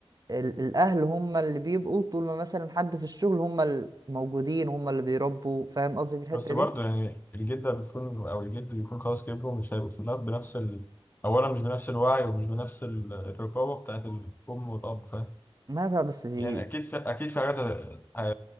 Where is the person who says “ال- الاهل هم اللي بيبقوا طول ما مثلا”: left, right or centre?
Right